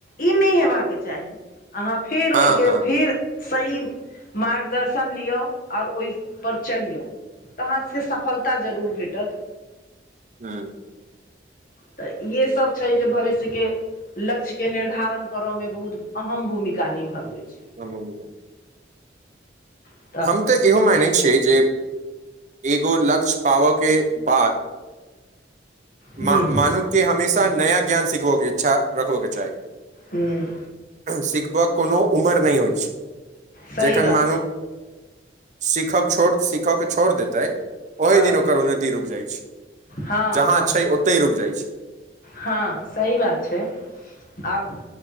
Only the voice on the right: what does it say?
हँ
हँ
हूँ
हू
हम तऽ इहो मानैत छियै जे एगो लक्ष्य पाबय के बाद
मनुष्य के हमेशा नया ज्ञान सिखबयके इच्छा रखब के चाही
सिखबय कोनो उमर नहि होइत छै।
जखन
मानू
सीखब छो सीखब के छोड़ देतै ओहि
दिन ओकर उन्नति रुकि जाइत छै।
जहाँ
छै। ओतहि रुकि जाइत छै।